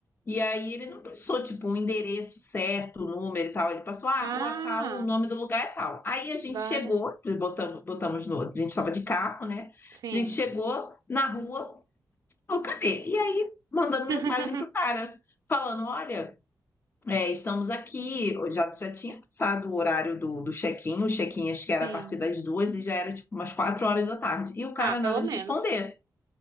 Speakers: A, on the left; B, on the right.
A: E aí ele não passou, tipo, um endereço certo, um número e tal. Ele passou, ah,
B: Ah,
A: rua tal, o nome do lugar é tal. Aí a gente
B: vale.
A: chegou, botamos, botamos no, a gente estava de carro, né?
B: Sim.
A: A gente chegou na rua, falou, cadê? E aí, mandando
B: <laughs>
A: mensagem pro cara, falando, olha, é, estamos aqui, já, já tinha passado o horário do, do check-in, o check-in acho que era
B: Sim.
A: a partir das duas e já era, tipo, umas quatro horas da tarde. E o cara
B: Ah,
A: nada
B: pelo menos.
A: de responder.